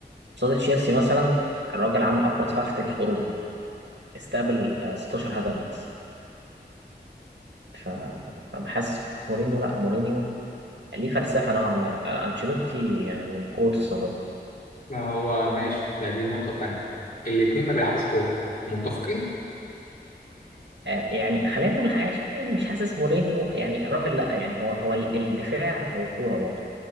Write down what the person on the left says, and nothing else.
ما هو ماشي ده دي نقطة تانية الاتنين ما بيلعبوش كورة متفقين